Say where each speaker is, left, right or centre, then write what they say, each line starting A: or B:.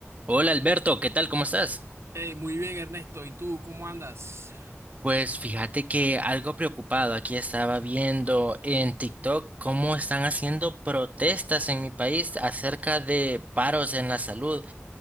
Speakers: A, on the right; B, on the right.
A: Hola Alberto, ¿qué tal? ¿Cómo estás?
B: Hey, muy bien, Ernesto. ¿Y tú cómo andas?
A: Pues fíjate que algo preocupado, aquí estaba viendo en TikTok cómo están haciendo protestas en mi país acerca de paros en la salud.